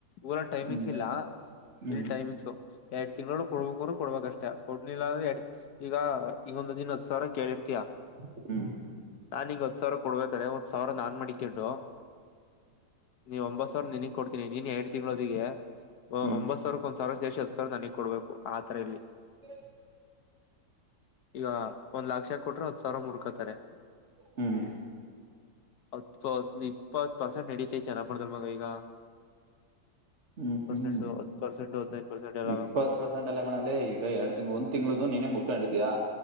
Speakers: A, on the left; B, on the right.
A: ಉರಲ್ ಟೈಮಿಂಗ್ಸ್
B: ಹ್ಮ್
A: ಇಲ್ಲ
B: ಹ್ಮ್
A: ಇಲ್ಲಿ ಟೈಮಿಂಗ್ಸು ಎರಡ್ ತಿಂಗಳೂಲ್ಗೆ ಕೊಡ್ಬೇಕು ಅಂದ್ರೆ ಕೊಡ್ಬೇಕು ಅಷ್ಟೇ ಕೊಡ್ನಿಲ್ಲ ಅಂದ್ರೆ ಈಗ ಈಗೊಂದು ದಿನ ಸಾವ್ರ ಕೇಳಿರ್ ತಿಯ
B: ಹ್ಮ್
A: ನಾನ್ ನಿಂಗ್ ಹತ್ಸ್ ಕೊಡಬೇಕಾದರೆ ಒಂದ್ ಸಾವ್ರ್. ಸಾವ್ರ ನಾನ್ ಮಡಿಕಂಡು. ಇನ್ ಒಂಬತ್ ಸಾವ್ರ ನಿನಗ್ ಕೊಡ್ತೀನಿ ನೀನ್ ಎಡ್ ತಿಗಳೋದಿಗೆ. ಒ
B: ಹ್ಮ್
A: ಒಂಬತ್ ಸಾವ್ರುಕ್ ಒನ್ಸ್ ಸಾವ್ರ ಸೇರ್ಸಿ ಹತ್ ಸಾವ್ರ ನನಿಗೆ ಕೊಡ್ಬೇಕು ಆ ತರ ಇರಲಿ.
B: ಹ <inaudible>
A: ಇಗ. ಒಂದ ಲಕ್ಷ ಕೊಟ್ರ ಹತ್ ಸಾವ್ರ ಮುರ್ಕತ್ ತ್ತಾರೆ.
B: ಹ್ಮ್
A: ಹತ್ತು ಹದಿನೈದು ಇಪ್ಪತ್ತು ಪರ್ಸೆಂಟ್ ನಡಿತೈತಿ ಚನ್ನಾಪುರದಲ್ಲಿ ಮಗ ಈಗ.
B: ಹ್ಮ್
A: ಪರ್ಸೆಂಟ್
B: ಹ್ಮ್
A: ಹತ್ ಪರ್ಸೆಂಟ್ ಹದ್ನೈದು ಪರ್ಸೆಂಟ್ ಎಲ್ಲ
B: ಇಪ್ಪತ್ ಪರ್ಸೆಂಟ್ ಅಲ್ಲ ಕಣ ಲೇ ಈಗ ಎರಡ್ ತಿಂಗಳು ಒಂದ್ ತಿಂಗ್ಳ. ಅ ನೀನೇ ಮುರ್ಕೊಂಡು ಎಡ್ತಯಾ.